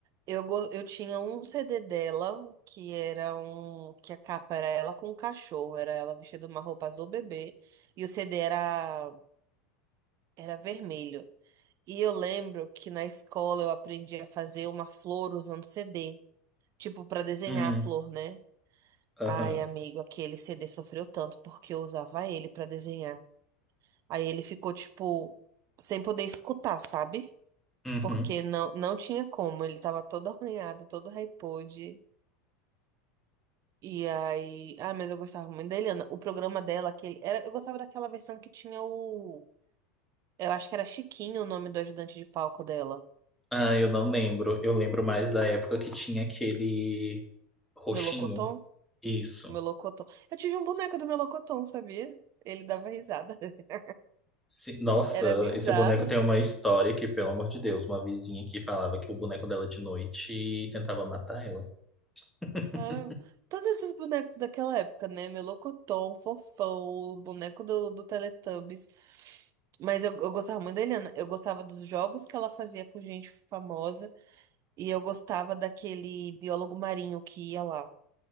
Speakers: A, on the right; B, in the centre.
A: Eu, go- eu tinha um CD dela, que era um. Que a capa era ela com um cachorro. Era ela vestida de uma roupa azul bebê. E o CD era, era vermelho. E eu lembro que na escola eu aprendi a fazer uma flor usando CD. Tipo, pra desenhar
B: Hum,
A: a flor, né?
B: aham,
A: Ai, amigo, aquele CD sofreu tanto porque eu usava ele pra desenhar. Aí ele ficou, tipo, sem poder escutar, sabe?
B: uhum.
A: Porque não, não tinha como, ele tava todo arranhado, todo repode. E aí. Ah, mas eu gostava muito da Eliana. O programa dela, aquele. Era, eu gostava daquela versão que tinha o. Eu acho que era Chiquinho o nome do ajudante de palco dela.
B: Ah, eu não lembro. Eu lembro mais da época que tinha aquele roxinho.
A: Melocoton?
B: Isso.
A: O Melocoton. Eu tive um boneco do Melocoton, sabia? Ele dava risada. <laughs>
B: Sim, nossa,
A: Era bizarro.
B: esse boneco tem uma história que, pelo amor de Deus, uma vizinha que falava que o boneco dela de noite tentava matar ela. <laughs>
A: Ah, todos esses bonecos daquela época, né? Melocotão, Fofão, o boneco do, do Teletubbies. Mas eu, eu gostava muito da Eliana. Eu gostava dos jogos que ela fazia com gente famosa. E eu gostava daquele biólogo marinho que ia lá.